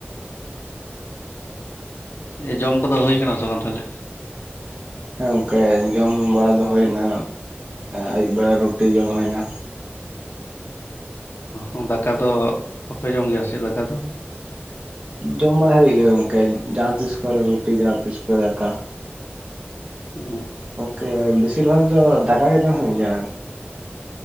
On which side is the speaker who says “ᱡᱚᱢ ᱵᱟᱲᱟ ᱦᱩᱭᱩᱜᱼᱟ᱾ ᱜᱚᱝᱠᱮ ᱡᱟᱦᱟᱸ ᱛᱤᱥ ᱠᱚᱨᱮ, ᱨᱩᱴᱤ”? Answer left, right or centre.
Right